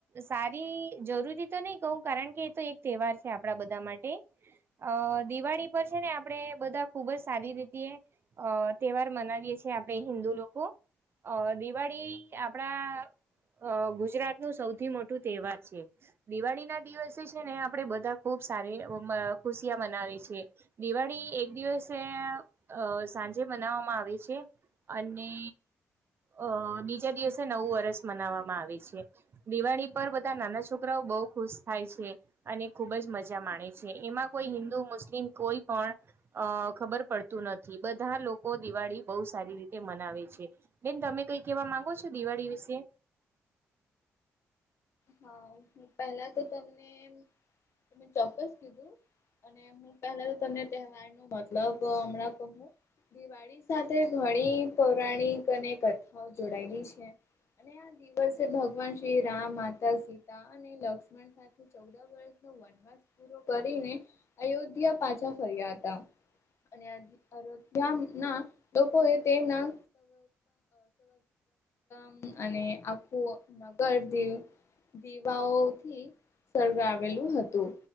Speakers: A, on the right (about 50°); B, on the left (about 60°).
A: સારી જરૂરી તો નહી કહું કારણ કે એ તો એક તહેવાર છે આપડા બધા માટે અ દિવાળી પર છે ને આપડે બધા ખુબ જ સારી રીતે અ તહેવાર મનાવીએે છેીએ આપડે હિન્દુ લોકો અ દિવાળી આપડા અ ગુજરાત નું સૌથી મોટું તહેવાર છે દિવાળી ના દિવસ જે છે ને આપણેે બધા ખુબ સારી ખુશિયા મનાવી છેએ દિવાળી એક દિવસે અ સાંજે બનાવવામાં આવે છે અને અ બીજા દિવસે નવું વર્ષ મનાવવામાં આવે છે દિવાળી પર બધા નાના છોકરાઓ બઉુ ખુશ થાય છે અને ખુબ જ મજા માણે છે એમાં કોઈ હિન્દુ મુસ્લિમ કોઈ પણ અ ખબર પડતી નથી બધા લોકો દિવાળી બહુ સારી રીતે મનાવે છે બેન તમે તોઈ કેવા માંગો છો દિવાળી વિશે
B: હા હ પહેલા તો તમને ચોક્કસ કીધું અને હું પહેલા તો તમને તહેવાર ન મતલબ હમણાં કહું દિવાળી સાથે ઘણી પૌરાણિક અને કથાઓ જોડાયેલી છે અને આ દિવસે ભગવાન શ્રી રામ માતા સીતા અને લક્ષ્મણ સાથે ચૌદ વર્ષ વ પૂ કરીને અયોધ્યા પાછા ફર્યા હતા. અધ્યા ના લોકોએ તેમના. મ અને આખું નગર દ દીવાઓથી. સળગાવેલું હતું.